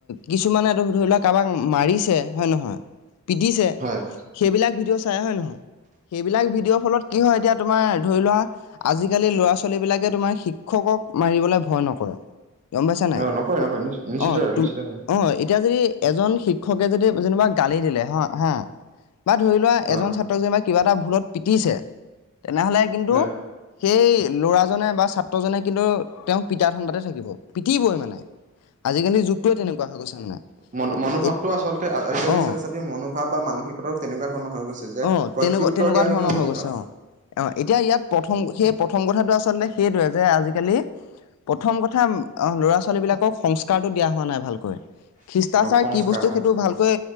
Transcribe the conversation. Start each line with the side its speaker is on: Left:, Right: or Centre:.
Left: কিছুমানে ধৰি লোৱা কাৰোবাক মাৰিছে হয় নহয় পিটিছে
Right: হয়
Left: সেইবিলাক ভিডিঅ' চাই হয় নহয় সেইবিলাক ভিডিঅ'ৰ ফলত কি হয় এতিয়া তোমাৰ ধৰি লোৱা আজিকালি লৰা ছোৱালী বিলাকে তোমাৰ শিক্ষকক মাৰিবলৈ ভয় নকৰে। গম পাইছা নাই
Right: অ নকয় নকয় নিশ্চিত
Left: অ', তু
Right: নিশ্চিত হয়
Left: অ', এতিয়া যদি এজন শিক্ষকে যদি যেনিবা গালি দিলে হা হা বা ধৰি লোৱা
Right: অ
Left: এজন ছাত্ৰক যেনেবা কিবা এটা ভুলত পিটিছে তেনেহলে কিন্তু
Right: হয়
Left: সেই ল'ৰাজনে বা ছাত্ৰজনে কিন্তু তেওঁক পিতা ঢাণ্ডাতে থাকিব পিটিবই মানে আজিকালি যুগটোৱে তেনেকুৱা হৈ গৈছে মানে
Right: ম' মনোভাৱটো
Left: এ
Right: আচলতে আজিকালি
Left: অ
Right: ছাত্ৰ ছাত্ৰীৰ মনোভাৱ বা মানসিকতাও তেনেকুৱা ধৰণৰ হৈ গৈছে যে
Left: অ',
Right: প্ৰত্যুত্তৰ
Left: তেনেকুৱা - তেনেকুৱা
Right: দিয়া
Left: ধৰণৰ
Right: যোনটো মনোভাৱ
Left: হৈ গৈছে অ, অ, এতিয়া ইয়াত প্ৰথম সেই প্ৰথম প্ৰথম কথাটো আচলতে সেইটোৱে যে আজিকালি প্ৰথম কথা ল'ৰা ছোৱালী বিলাকক সংস্কাৰটো দিয়া হোৱা নাই ভালকৈ। খ্ৰীষ্টাচাৰ
Right: সংস্কাৰ
Left: কি বস্তু
Right: সংস্কাৰ
Left: সেইটো ভালকৈ